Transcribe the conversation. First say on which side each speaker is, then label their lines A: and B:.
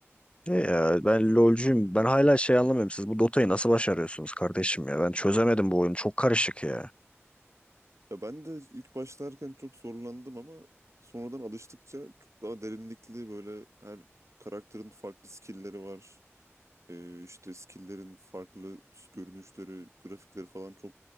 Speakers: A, on the left; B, on the right.
A: E ya ben LoL'cuyum. Ben hala şey anlamıyorum. Siz bu Dota'yı nasıl başarıyorsunuz kardeşim ya? Ben çözemedim bu oyunu. Çok karışık ya.
B: Ya ben de ilk başlarken çok zorlandım ama sonradan alıştıkça çok daha derinlikli böyle her karakterin farklı skill'leri var. Ee, işte skill'lerin farklı görünüşleri, grafikleri falan çok